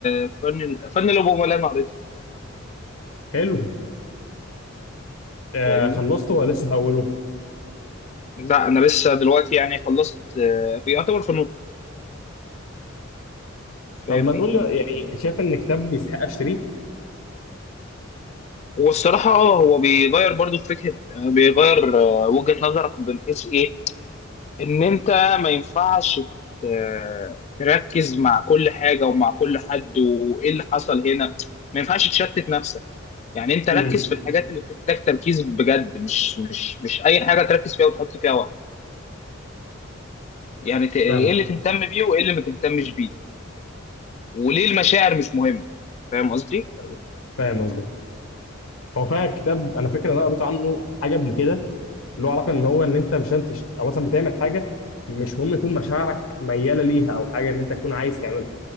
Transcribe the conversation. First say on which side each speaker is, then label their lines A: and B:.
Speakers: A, on the left; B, on the left.
A: آه، فن ال- فن الابومه اللي انا قريته
B: حلو آه
A: فاهمني
B: خلصته ولا لسه في اوله
A: لا انا لسه دلوقتي يعني خلصت آه، في يعتبر فنون فاهمني
B: طب ما تقول لي يعني شايف ان كتاب يستحق اشتريه
A: والصراحه اه هو بيغير برضو فكره آه، بيغير آه، وجهه نظرك من حيث ايه ان انت ما ينفعش ت- تركز مع كل حاجه ومع كل حد وايه اللي حصل هنا ما ينفعش تشتت نفسك يعني انت ركز
B: امم
A: في الحاجات اللي بتحتاج تركيز بجد مش مش مش اي حاجه تركز فيها وتحط فيها وقت يعني ت- ايه
B: فاهمك
A: اللي تهتم بيه وايه اللي ما تهتمش بيه وليه المشاعر مش مهمه فاهم قصدي
B: فاهمك. فاهم قصدك هو فعلا كتاب انا فاكر ان انا قريت عنه حاجه قبل كده اللي هو علاقه ان هو ان انت مش هتشت... او مثلا بتعمل حاجه مش مهم يكون مشاعرك مياله ليها او حاجه ان انت تكون عايز تعملها